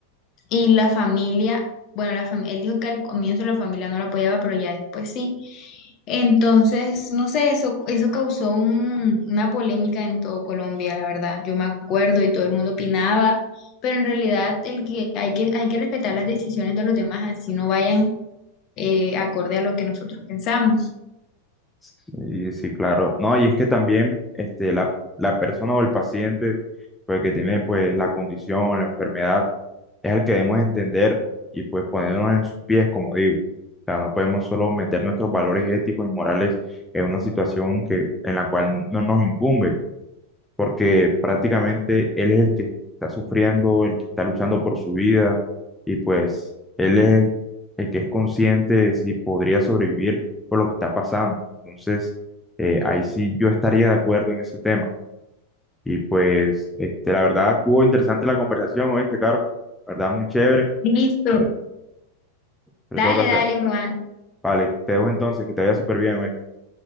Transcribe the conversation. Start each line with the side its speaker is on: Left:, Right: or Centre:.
Left: y la familia, bueno, la fam- él dijo que al comienzo la familia no lo apoyaba, pero ya después sí. Entonces, no sé, eso, eso causó un- una polémica en todo Colombia, la verdad. Yo me acuerdo y todo el mundo opinaba, pero en realidad el que hay que, hay que respetar las decisiones de los demás, así no vayan eh, acorde a lo que nosotros pensamos.
Centre: Sí, sí, claro. No, y es que también este, la, la persona o el paciente pues, que tiene pues, la condición o la enfermedad es el que debemos entender y pues ponernos en sus pies, como digo. O sea, no podemos solo meter nuestros valores éticos y morales en una situación que, en la cual no nos incumbe porque prácticamente él es el que está sufriendo, el que está luchando por su vida y pues él es el, el que es consciente de si podría sobrevivir por lo que está pasando. Entonces, eh, ahí sí yo estaría de acuerdo en ese tema. Y pues, este, la verdad, estuvo interesante la conversación, oíste, Caro, la verdad, muy chévere,
Left: Listo.
Centre: pero, pero
Left: Dale,
Centre: tengo que hacer.
Left: dale, Juan.
Centre: Vale, te dejo entonces, que te vaya súper bien,